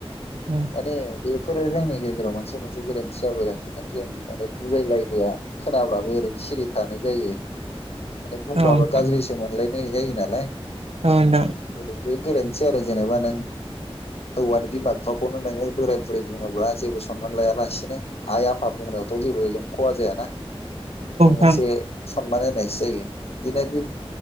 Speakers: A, on the right; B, on the left.
A: औ
B: मान बे फोरो जोंनि गेजेराव मोनसे मोनसे गोरोन्थि जाबोगासिनो जों माने बुजायलायबोआ खोनाब्लाबो ओरैनो सिरि थानाय जायो मान बुंबाबो
A: औ नोंथां
B: गाज्रि मोनलायनाय जायो नालाय
A: ओ नोंथां
B: बबे बे गोरोन्थि आरो जेनेबा नों हौवानि बिमा बिफाखौनो नोङो बोराय बुरै बुङोब्ला जेबो सनमान लायालासिनो आइ आफा बुंनायावथ' जेबो खहा जायाना बेखौ मोनसे
A: नोंथां
B: सनमान होनायसो जायो बिदिनो बे